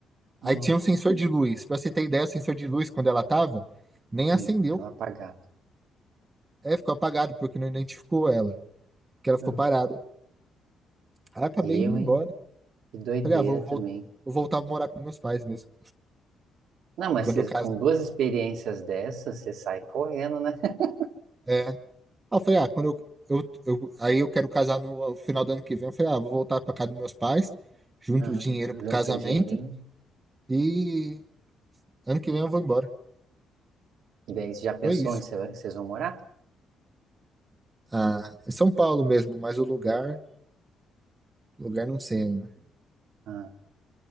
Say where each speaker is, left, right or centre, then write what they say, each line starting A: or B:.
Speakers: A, on the right (about 25°); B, on the right (about 75°).
A: Aí
B: Não.
A: tinha um sensor de luz. Pra você ter ideia, o sensor de luz, quando ela tava, nem acendeu.
B: Hum, tava apagado.
A: É, ficou apagado, porque não identificou ela, que ela ficou
B: Hum.
A: parada. Aí eu acabei
B: Eu,
A: indo embora.
B: hein? Que doideira
A: Falei, ah, vou,
B: também.
A: vol- vou voltar a morar com meus pais mesmo,
B: Não, mas
A: quando
B: você-
A: eu caso.
B: com duas experiências dessas, você sai correndo, né? <laughs>
A: É. Aí eu falei, ah, quando eu, eu, eu- Aí eu quero casar no final do ano que vem. Eu falei, ah, vou voltar pra casa dos meus pais, junto
B: Ah,
A: o dinheiro
B: junta
A: pro casamento,
B: um dinheirinho.
A: e ano que vem eu vou embora.
B: E daí, você já pensou
A: Foi isso.
B: onde você vai- vocês vão morar?
A: Ah, em São Paulo mesmo, mas o lugar Lugar não sei ainda.
B: Ah,